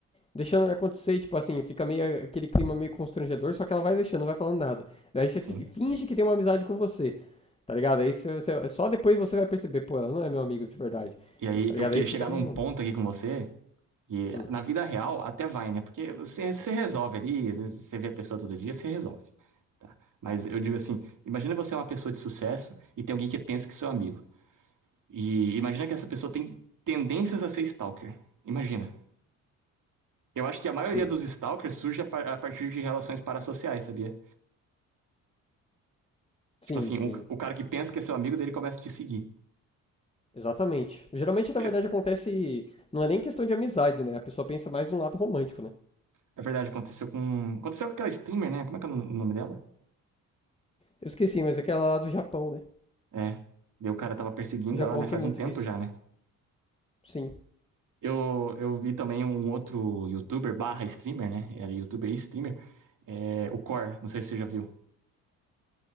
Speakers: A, on the left; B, on the right.
A: deixando acontecer, e, tipo assim, fica meio aquele clima meio constrangedor, só que ela vai deixando, não vai falando nada. Daí você
B: Sim.
A: fi- finge que tem uma amizade com você, tá ligado? Aí você, você- só depois você vai perceber, pô, ela não é meu amigo de verdade,
B: E aí
A: tá ligado?
B: eu queria
A: Aí fica
B: chegar
A: meio,
B: num ponto aqui com você E
A: hum,
B: na vida real até vai, né? Porque você, você resolve ali, às vezes você vê a pessoa todo dia, você resolve. Tá? Mas eu digo assim, imagina você é uma pessoa de sucesso e tem alguém que pensa que é seu amigo. E imagina que essa pessoa tem tendências a ser stalker. Imagina. Eu acho que a maioria
A: hum.
B: dos stalkers surge a, par- a partir de relações parassociais, sabia?
A: Sim,
B: Tipo assim,
A: sim.
B: um ca- o cara que pensa que é seu amigo dele começa a te seguir.
A: Exatamente. Geralmente,
B: Você-
A: na verdade, acontece. Não é nem questão de amizade, né? A pessoa pensa mais num lado romântico, né?
B: é verdade, aconteceu com. Aconteceu com aquela streamer, né? Como é que é o nome dela?
A: Eu esqueci, mas aquela lá do Japão, né?
B: É. Daí o cara tava perseguindo
A: O Japão
B: ela, né?
A: tem
B: Faz
A: muito
B: um tempo
A: disso.
B: já, né?
A: Sim.
B: Eu, eu vi também um outro youtuber barra streamer, né? Era youtuber e streamer. é, o Core, não sei se você já viu.